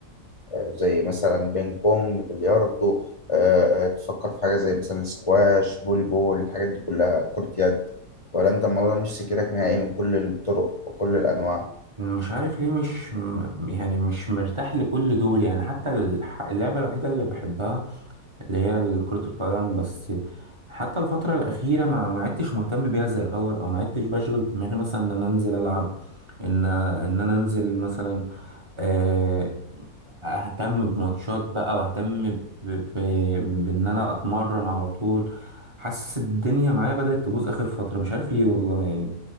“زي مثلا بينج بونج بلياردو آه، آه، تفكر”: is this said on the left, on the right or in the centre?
Left